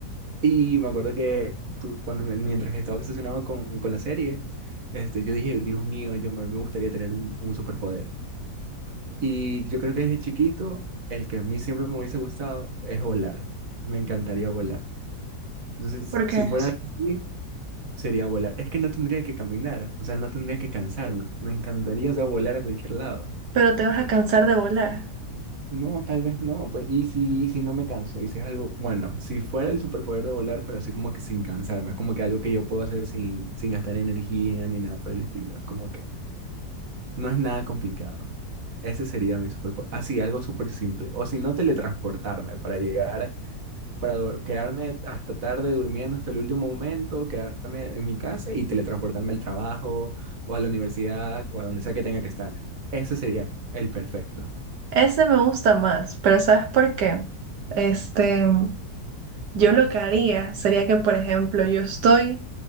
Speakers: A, on the right (about 55°); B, on the right (about 75°).
A: Y me acuerdo que tú, cuando, me- mientras estaba obsesionado con, con la serie, este, yo dije, Dios mío, yo me, me gustaría tener un, un superpoder. Y yo creo que desde chiquito, el que a mí siempre me hubiese gustado es volar. Me encantaría volar. Entonces,
B: ¿Por
A: si
B: qué?
A: fuera así, sería volar. Es que no tendría que caminar, o sea, no tendría que cansarme. Me encantaría, o sea, volar a cualquier lado.
B: Pero te vas a cansar de volar.
A: No, tal vez no, pues, y si, y si no me canso, y si es algo, bueno, si fuera el superpoder de volar, pero así como que sin cansarme, es como que algo que yo puedo hacer sin, sin gastar energía ni nada por el estilo, es como que no es nada complicado. Ese sería mi superpoder, así, algo súper simple, o si no, teletransportarme para llegar, para dor- quedarme hasta tarde durmiendo hasta el último momento, quedarme en mi casa y teletransportarme al trabajo, o a la universidad, o a donde sea que tenga que estar. Ese sería el perfecto.
B: Ese me gusta más, pero ¿sabes por qué? Este... Yo lo que haría sería que, por ejemplo, yo estoy